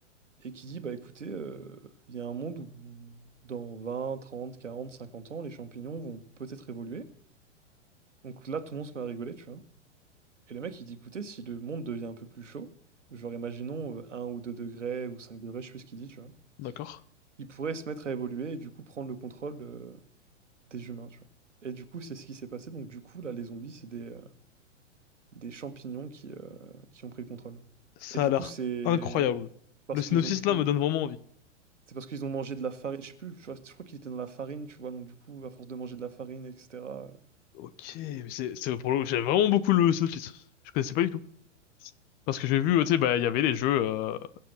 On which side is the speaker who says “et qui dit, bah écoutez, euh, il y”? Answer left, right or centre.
Right